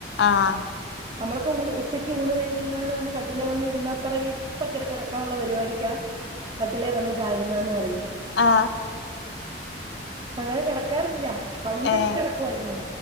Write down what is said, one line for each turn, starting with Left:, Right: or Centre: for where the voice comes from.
Left: ആഹ
Right: നമ്മളൊക്കെ ഊണ് ഉച്ചയ്ക്ക് ഊണ് കഴിഞ്ഞെങ്ങാനും ഒന്ന് കട്ടിലെ വന്ന് ഇരുന്നാ പറയും ഇപ്പൊ കേറി കിടക്കാനുള്ള പരിപാടിക്കാ കട്ടിലേ വന്ന് ചാരിന്നാന്ന് പറയും
Left: ആ ആ
Right: അങ്ങനെ കിടക്കാറില്ല പണ്ടൊക്കെ
Left: ഏ
Right: കിടക്കുവായിരുന്നു